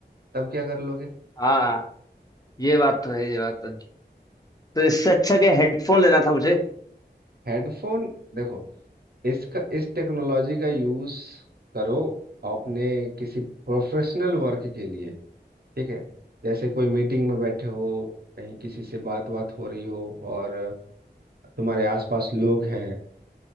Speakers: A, on the right; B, on the left.
A: तब क्या कर लोगे
B: हाँ ये बात तो है ये बात तो है तो इससे अच्छा क्या हेडफोन लेना था मुझे
A: हेडफोन देखो इसका इस टेक्नोलॉजी का यूज करो अपने किसी प्रोफेशनल वर्क के लिए ठीक है जैसे कोई मीटिंग में बैठे हो कहीं किसी से बात बात हो रही हो और तुम्हारे आसपास लोग हैं